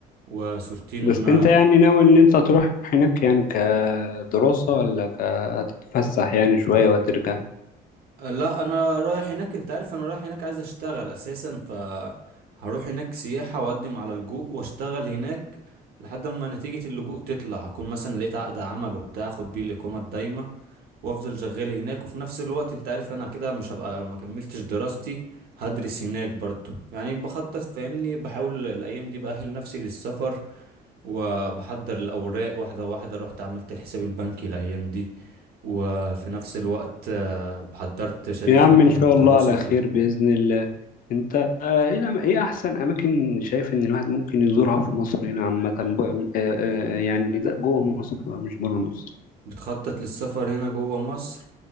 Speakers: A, on the right; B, on the left.
A: وصورتين
B: بس انت يعني ناوي ان انت تروح هناك يعني كدراسة ولا ك- هتتفسح يعني شوية وهترجع
A: لا انا رايح هناك انت عارف انا رايح هناك عايز اشتغل اساسا ف هروح هناك سياحة واقدم على لجوء واشتغل هناك لحد ما نتيجة اللجوء تطلع اكون مثلا لقيت عقد عمل وبتاع اخد بيه الاقامة الدايمة وافضل شغال هناك وفي نفس الوقت انت عارف انا كده مش هبقى ما كملتش دراستي هدرس هناك برضو يعني بخطط فاهمني بحاول الايام دي بأهل نفسي للسفر وبحضر الاوراق واحدة واحدة رحت عملت الحساب البنكي الايام دي وفي نفس الوقت آه، حضرت شهادة
B: يا عم
A: المؤهل
B: إن شاء
A: الدراسي
B: الله على
A: وكده
B: خير بإذن الله أنت آه، إيه لم- إيه أحسن أماكن شايف إن الواحد ممكن يزورها في مصر هنا عامة بقى- آه، آه، يعني ده جوه مصر بقى مش بره مصر
A: بتخطط للسفر هنا جوه مصر